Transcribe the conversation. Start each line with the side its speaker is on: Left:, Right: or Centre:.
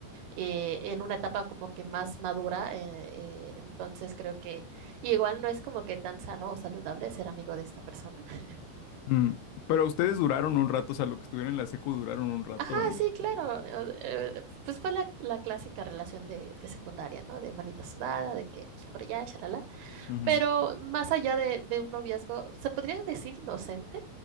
Right: eh, en una etapa como que más madura. eh, eh, entonces creo que igual no es como que tan sano o saludable ser amigo de esta persona. <laughs>
Left: Mm, Pero ustedes duraron un rato, o sea, lo que estuvieron en la secu duraron un rato.
Right: Ajá,
Left: ¿o no?
Right: sí, claro. o- eh, pues fue la, la clásica relación de, de secundaria, ¿no? De manita sudada, de que aquí por allá, shalala.
Left: Ujú,
Right: Pero más allá de, de un noviazgo, se podría decir inocente,